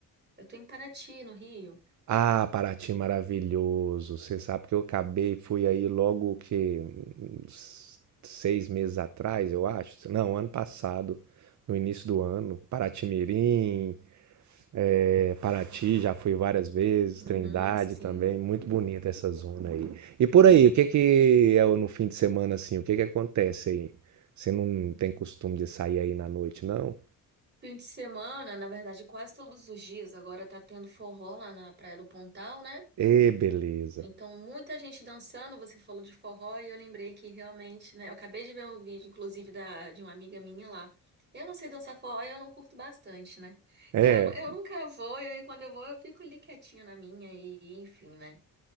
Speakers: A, on the right; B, on the right.
A: eu tô em Paraty, no Rio.
B: Ah, Paraty maravilhoso. Você sabe que eu acabei, fui aí logo que uns seis meses atrás, eu acho. Não, ano passado, no início do ano. Paraty-Mirim, é, Paraty, já fui várias vezes.
A: Uhum,
B: Trindade
A: sim.
B: também, muito bonita essa zona aí. E por aí, o que que é o- no fim de semana assim? O que que acontece aí? Você não tem costume de sair aí na noite, não?
A: Fim de semana, na verdade, quase todos os dias. Agora tá tendo forró lá na Praia do Pontal, né?
B: Ê, beleza.
A: Então, muita gente dançando, você falou de forró e eu lembrei que realmente, né? Eu acabei de ver um vídeo, inclusive, da, de uma amiga minha lá. Eu não sei dançar forró e eu não curto bastante, né?
B: É.
A: Então, eu, eu nunca vou e quando eu vou eu fico ali quietinha na minha e enfim, né?